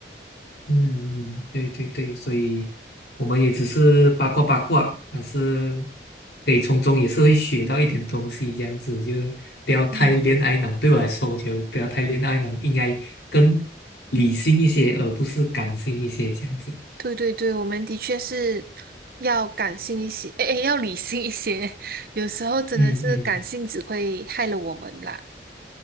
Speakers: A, on the left; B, on the right.
A: 嗯嗯，对对对，所以我们也只是八卦八卦，但是可以从中也是会学到一点东西，这样子就不要太恋爱脑。
B: 嗯
A: 对我来说，我觉得不要太恋爱脑，应该更理性一些，而不是感性一些，这样子。
B: 对对对，我们的确是要感性一些，诶，诶要理性一些。<laughs> 有时候真的是感性只会害了我们啦。
A: 嗯嗯